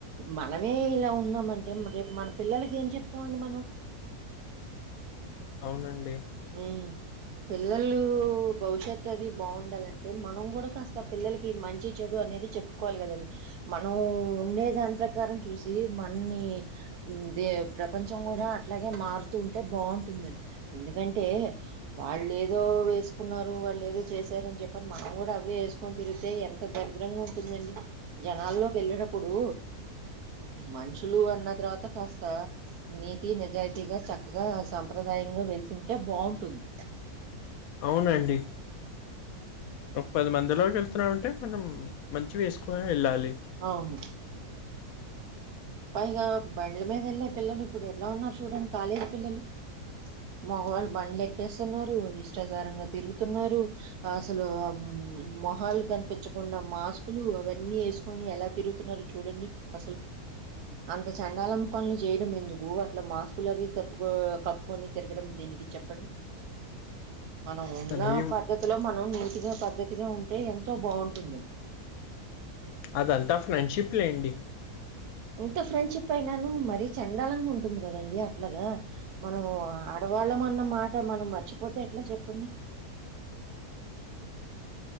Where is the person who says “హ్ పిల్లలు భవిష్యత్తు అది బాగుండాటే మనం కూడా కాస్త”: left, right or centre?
Right